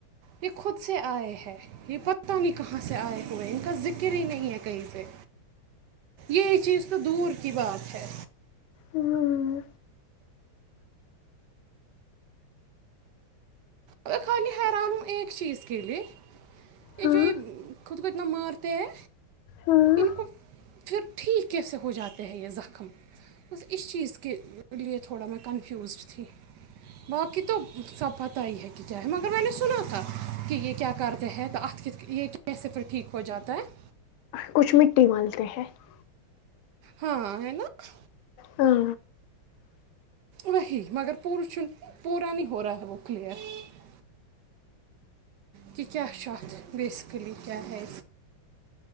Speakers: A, on the right (about 70°); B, on the left (about 80°).
A: یہ خود سے آئے ہے یہ پتہ نہیں کہاں سے آئے ہوئے ان کا ذکر ہی نہیں ہے کہیں سے یہی چیز تو دور کی بات ہے
B: ہاں
A: میں خالی حیران ہوں ایک چیز کے لیے یہ
B: ہاں
A: جو یہ خود کو اتنا مارتے ہیں
B: ہاں
A: ان کو پھر ٹھیک کیسے ہو جاتے ہیں یہ زخم بس اس چیز کے لیے تھوڑا میں کنفیوزڈ تھی باقی تو سب پتہ ہی ہے کیا کہ کیا ہے مگر میں نے سنا تھا کہ یہ کیا کرتے ہیں توھ یہ کیسے پھر ٹھیک ہو جاتا ہے
B: کچھ مٹی والی تے ہیں <unintelligible>
A: ہاں ہاں ہ نا <unintelligible>
B: ہاں
A: وہی مگر پ پورا نہیں ہو رہا ہے وہ کلیئر <unintelligible> کہ کیا چ اھ بیسکلی کیا ہے